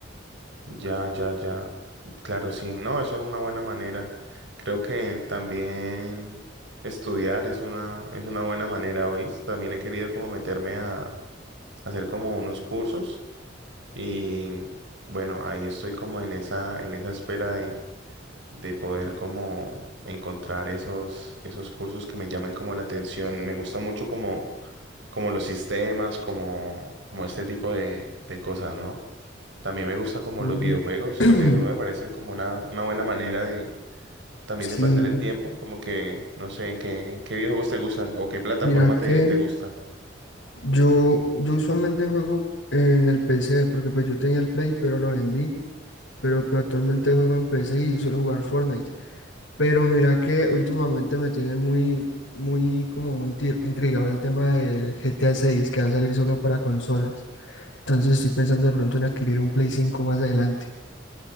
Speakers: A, on the right (about 70°); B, on the left (about 75°).
A: Ya, ya, ya. Claro, sí. No, eso es una buena manera. Creo que también estudiar es una, es una buena manera, hoy. También he querido como meterme a hacer como unos cursos y bueno, ahí estoy como en esa, en esa espera de, de poder como encontrar esos, esos cursos que me llamen como la atención. Me gusta mucho como, como los sistemas, como, como este tipo de, de cosas, ¿no? También me gusta como
B: Mm,
A: los videojuegos.
B: <clears throat>
A: Los videojuegos me parecen como una, una buena manera de también
B: Sí,
A: de pasar el tiempo. Como que, no sé, qué, qué videojuegos te gustan o qué plataforma
B: mira que
A: te, te gusta.
B: yo, yo usualmente juego en el PC porque pues yo tenía el Play pero lo vendí pero pues, actualmente juego en P C y suelo jugar Fortnite. Pero mira que últimamente me tiene muy, muy, como muy inti- intrigado el tema del G T A seis que va a salir solo para consolas. Entonces estoy pensando de pronto en adquirir un Play cinco más adelante.